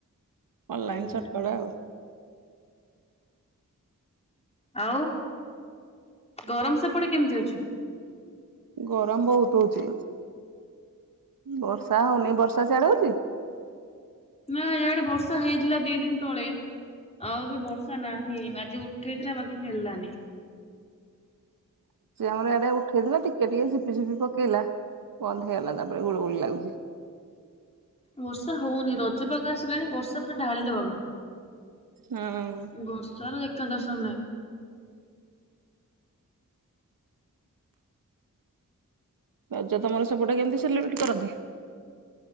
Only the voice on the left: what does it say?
ହୁଁ
ଆଉ ଗରମ ସେପଟେ କେମିତି ଅଛି?
ନା ଇଆଡେ ବର୍ଷା ହେଇଥିଲା ଦି ଦିନ ତଳେ। ଆଉ ଏବେ ବର୍ଷା ନାହିଁ ଆଜି ଉଠେଇଥିଲା ବାକି ହେଲାନି।
ବର୍ଷା ହଉନି ରଜପାଗ ଆସିଲାଣି ବର୍ଷା ପୁରା ଢାଳିଦବା କଥା
ବର୍ଷାର ଦେଖା ଦର୍ଶନ ନାଁଇ।